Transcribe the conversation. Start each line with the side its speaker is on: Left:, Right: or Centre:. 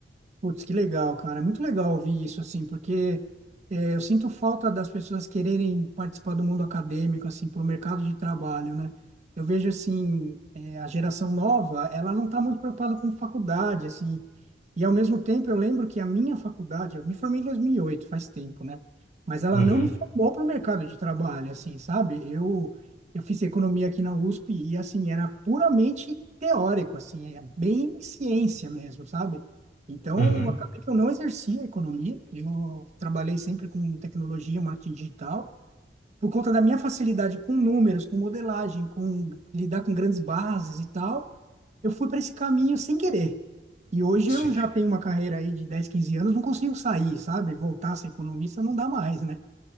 Right: Putz, que legal, cara. É muito legal ouvir isso, assim, porque é, eu sinto falta das pessoas quererem participar do mundo acadêmico, assim, para o mercado de trabalho, né? Eu vejo, assim, é, a geração nova, ela não está muito preocupada com faculdade, assim, e ao mesmo tempo eu lembro que a minha faculdade, eu me formei em dois mil e oito faz tempo, né? Mas ela
Left: Uhum,
Right: não me formou para o mercado de trabalho, assim, sabe? Eu, eu fiz economia aqui na USP e, assim, era puramente teórico, assim, é bem ciência mesmo, sabe? Então,
Left: uhum.
Right: acabei que eu não exerci a economia, eu trabalhei sempre com tecnologia, marketing digital, por conta da minha facilidade com números, com modelagem, com lidar com grandes bases e tal, eu fui para esse caminho sem querer. E hoje
Left: Sim.
Right: eu já tenho uma carreira aí de 10, 15 anos, não consigo sair, sabe? Voltar a ser economista não dá mais, né?